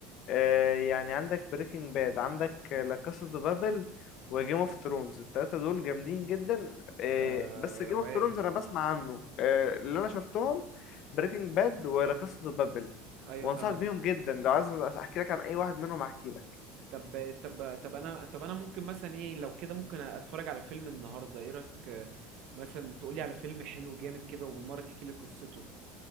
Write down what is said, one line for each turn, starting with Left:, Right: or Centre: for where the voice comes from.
Left: آه، يعني عندك بريكنج باد عندك لا كاسا دو بابل وجيم اوف ثرونز التلاتة دول جامدين جدا آه،
Right: ده
Left: بس جيم
Right: روقان
Left: اوف ثرونز انا بسمع عنه آه، اللي انا شفتهم بريكنج باد ولا كاسا دو بابل
Right: ايوه
Left: وانصحك
Right: فاهمك
Left: بيهم جدا لو عايز احكي لك عن اي واحد منهم احكي لك
Right: طب طب طب انا طب انا ممكن مثلا ايه لو كده ممكن اتفرج على فيلم النهارده ايه رايك آه، مثلا تقولي على فيلم حلو جامد كده وبالمره تحكي لي قصته